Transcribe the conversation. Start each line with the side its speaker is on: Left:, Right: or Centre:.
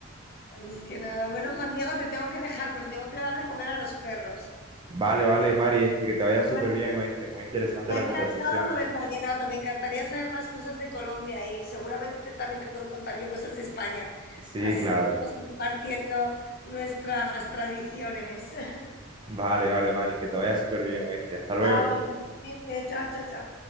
Left: Así es que nada, bueno, Juan Diego, te tengo que dejar porque tengo que dar de comer a los perros.
Right: Vale, vale, Mari, este, que te vaya
Left: Pero
Right: súper
Left: Me
Right: bien, oíste. Muy interesante
Left: me
Right: la
Left: ha encantado
Right: conversación.
Left: lo del vallenato, me encantaría saber más cosas de Colombia y seguramente también te puedo contar yo cosas de España.
Right: Sí,
Left: Así
Right: claro.
Left: seguimos compartiendo nuestras tradiciones. <laughs>
Right: Vale, vale, Mari, que te vaya súper bien, oíste. Hasta luego.
Left: Chao, igualmente. chao, chao, chao.